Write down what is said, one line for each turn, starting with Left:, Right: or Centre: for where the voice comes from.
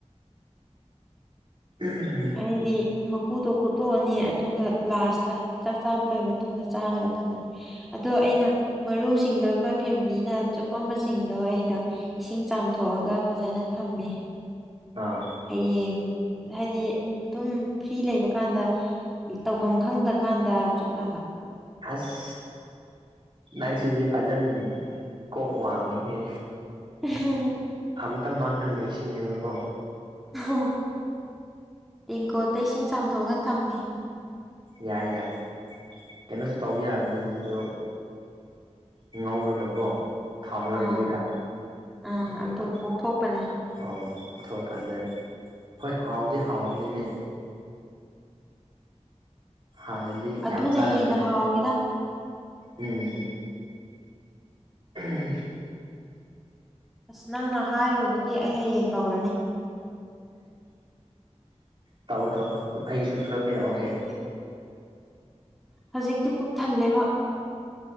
Right: ꯎꯝ
Centre: ꯑꯗꯤ ꯃ ꯎ ꯀꯨꯗꯣ ꯈꯣꯠꯇꯣꯛꯑꯅꯤ ꯑꯗꯨꯒ ꯂꯥꯁꯇ ꯆꯥꯛ ꯆꯥꯕ ꯂꯣꯏꯔ ꯃꯇꯨꯡꯗ ꯆꯥꯅꯕ ꯊꯝꯃꯅꯤ ꯑꯗꯣ ꯑꯩꯅ ꯃꯔꯨꯁꯤꯡꯗꯣ ꯑꯩꯈꯣꯏ ꯐꯦꯃꯤꯂꯤꯅ ꯆꯨꯞꯄꯝꯕꯁꯤꯡꯗꯣ ꯑꯩꯅ ꯏꯁꯤꯡ ꯆꯥꯝꯊꯣꯛꯑꯒ ꯐꯖꯅ ꯊꯝꯃꯦ
Right: ꯑꯥ
Centre: ꯍꯌꯦꯡ ꯍꯥꯏꯗꯤ ꯑꯗꯨꯝ ꯐ꯭ꯔꯤ ꯂꯩꯕꯀꯥꯟꯗ ꯇꯧꯐꯝ ꯈꯪꯗꯔꯀꯥꯟꯗ ꯆꯨꯞꯅꯕ
Right: ꯑꯁ ꯅꯪ ꯁꯤꯗꯤ ꯐꯖꯗꯦ ꯀꯣꯛ ꯋꯥꯡꯉꯤꯍꯦ
Centre: ꯎꯝ
Right: ꯑꯝꯇ ꯃꯥꯡꯍꯜꯂꯣꯏ ꯁꯤꯅꯦꯕꯀꯣ
Centre: ꯎ ꯇꯦꯡꯀꯣꯠꯇꯩ ꯏꯁꯤꯡ ꯆꯥꯝꯊꯣꯛꯑꯒ ꯊꯝꯃꯤ
Right: ꯌꯥꯏ ꯌꯥꯏ ꯀꯩꯅꯣꯁꯨ ꯇꯧꯕ ꯌꯥꯕꯅꯦ ꯑꯗꯨꯗꯣ ꯉꯧꯔꯒꯀꯣ ꯊꯥꯎ ꯌꯥꯎꯗꯥꯕꯤꯗ
Centre: ꯑꯥ ꯑꯥ
Right: ꯑꯗꯨꯒ
Centre: ꯑꯗꯨ ꯄꯣꯛꯊꯣꯛꯄꯅꯦ
Right: ꯑꯥꯎ ꯄꯨꯊꯣꯛ ꯑꯀꯥꯟꯗ ꯍꯣꯏ ꯍꯥꯎꯗꯤ ꯍꯥꯎꯕꯅꯤꯅꯦ ꯍꯥꯟꯅꯗꯤ
Centre: ꯑꯗꯨꯅ
Right: ꯌꯥꯝ ꯆꯥꯔꯝꯕꯅꯦ
Centre: ꯍꯦꯟꯅ ꯍꯥꯎꯋꯦꯗ
Right: ꯎꯝ ꯎꯝ
Centre: ꯑꯁ ꯅꯪꯅ ꯍꯥꯏꯔꯨꯕꯒꯤ ꯑꯩ ꯍꯌꯦꯡ ꯇꯧꯔꯅꯤ
Right: ꯇꯧꯑꯣ ꯇꯧꯑꯣ ꯑꯩꯒꯤꯁꯨ ꯈꯔ ꯄꯤꯔꯛꯑꯣꯍꯦ
Centre: ꯍꯧꯖꯤꯛꯇꯤ ꯍꯧꯖꯤꯛꯇꯤ ꯄꯨꯛ ꯊꯜꯂꯦꯕ